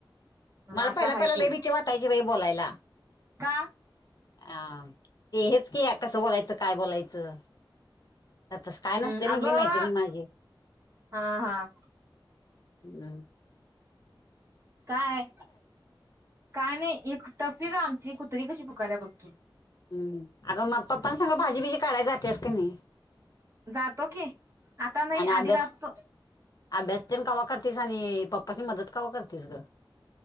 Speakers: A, on the left; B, on the right.
A: मला
B: असं
A: पहिला
B: आहे
A: पहिल्या
B: ते
A: लय भीती वाटायची बाई बोलायला.
B: का?
A: अ ते हेच की या कसं बोलायचं काय बोलायचं. आ तस काय
B: हम्
A: नसते म्हटली
B: अगं
A: माहित माझी
B: हा हा
A: हम्म.
B: काय काय नाही एक टफी का आमची कुत्री कशी फकायला बघती.
A: हम् अगं मग पप्प सांगा भाजी बीजी काढाय जातेस का नाही.
B: जातो की आता नाही
A: आणि अभ्यास
B: आधीच असतो.
A: अभ्यास तेण कवा करतेस आणि पप्पाची मदत कवा करतेस ग.